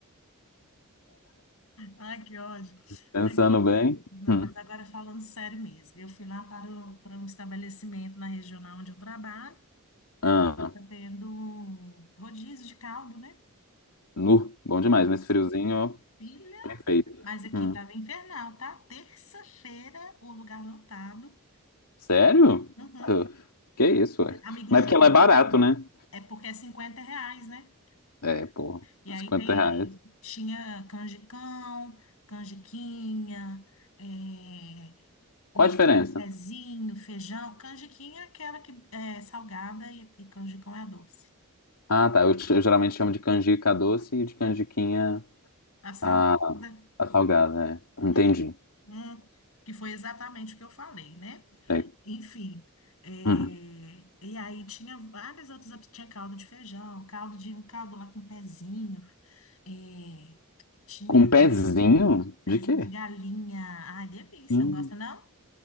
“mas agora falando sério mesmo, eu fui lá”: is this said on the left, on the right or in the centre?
Left